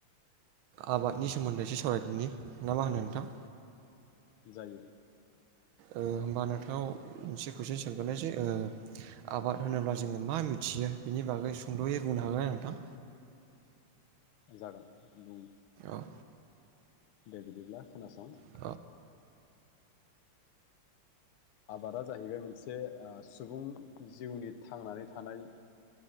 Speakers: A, on the right; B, on the left.
A: आबादनि सोमोन्दै एसे सावरायदिनि ना मा होनो नोंथां?
B: जायो
A: ओ होमबा नोंथांनाव मोनसे कुइसन सोंग्रोनोसै ओ आबाद होनोब्ला जोङो मा मिथियो? बेनि बागै सुंद'यै बुंनो हागोन ना नोंथां?
B: जागोन बुं
A: औ
B: दे बिदिब्ला खोनासं
A: औ
B: आबादा जाहैबाय मोनसे सुबुं जिउनि थांनानै थानाय